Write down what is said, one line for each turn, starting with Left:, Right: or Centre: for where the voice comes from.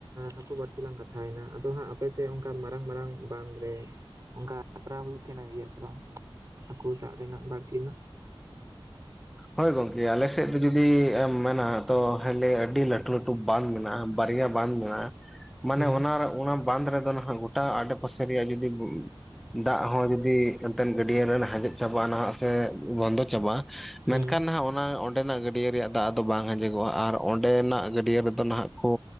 Right: ᱦᱟᱹᱠᱩ ᱵᱟᱹᱲᱥᱤ ᱞᱟᱝ ᱠᱟᱛᱷᱟᱭᱮᱱᱟ ᱟᱫᱚ ᱦᱟᱸᱜ ᱟᱯᱮᱥᱮᱫ ᱚᱱᱠᱟ ᱢᱟᱨᱟᱝ ᱢᱟᱨᱟᱝ ᱵᱟᱱᱫᱽ ᱨᱮ ᱚᱱᱠᱟ ᱦᱮᱯᱨᱟᱣ ᱦᱩᱭᱩᱜ ᱛᱟᱦᱮᱸᱱᱟ ᱜᱮᱭᱟ ᱥᱮ ᱵᱟᱝ ᱦᱟᱹᱠᱩ ᱥᱟᱵ ᱨᱮᱱᱟᱜ ᱵᱟᱹᱲᱥᱤ ᱨᱮᱱᱟᱜ
Centre: ᱦᱳᱭ ᱜᱚᱝᱠᱮ ᱟᱞᱮ ᱥᱮᱫ ᱫᱚ ᱡᱩᱫᱤ ᱢᱮᱱᱟ ᱛᱚ ᱦᱮ ᱟᱹᱰᱤ ᱞᱟ. ᱴᱩ ᱞᱟᱹᱴᱩ ᱵᱟᱸᱫᱷ ᱢᱮᱱᱟᱜᱼᱟ ᱵᱟᱨᱭᱟ ᱵᱟᱱ ᱢᱮᱱᱟᱜᱼᱟ ᱢᱟᱱᱮ
Right: ᱦᱩᱸ
Centre: ᱚᱱᱟ ᱚᱱᱟ ᱵᱟᱸᱫᱷ ᱨᱮᱫᱚ ᱱᱟᱦᱟᱸᱜ ᱜᱚᱴᱟ ᱟᱰᱮ ᱯᱟᱥᱮ ᱨᱮᱭᱟᱜ ᱡᱩᱫᱤ ᱫᱟᱜ ᱦᱚᱸ ᱡᱩᱫᱤ ᱮᱱᱛᱮᱫ ᱜᱟᱹᱰᱭᱟᱹ ᱨᱮ ᱟᱸᱡᱮᱫ ᱪᱟᱵᱟᱜᱼᱟ ᱱᱟᱦᱟᱸᱜ ᱥᱮ ᱵᱚᱱᱫᱚ ᱪᱟᱵᱟᱜᱼᱟ
Right: ᱦᱩᱸ
Centre: ᱢᱮᱱᱠᱷᱟᱱ ᱱᱟᱦᱟᱜ ᱚᱱᱟ ᱚᱸᱰᱮᱱᱟᱜ ᱜᱟᱹᱰᱭᱟᱹ ᱨᱮᱭᱟᱜ ᱫᱟᱜ ᱫᱚ ᱵᱟᱝ ᱟᱡᱮᱜᱚᱜᱼᱟ ᱟᱨ ᱚᱸᱰᱮᱱᱟᱜ ᱜᱟᱹᱰᱭᱟᱹ ᱨᱮᱫᱚ ᱱᱟᱦᱟᱜ ᱠᱚ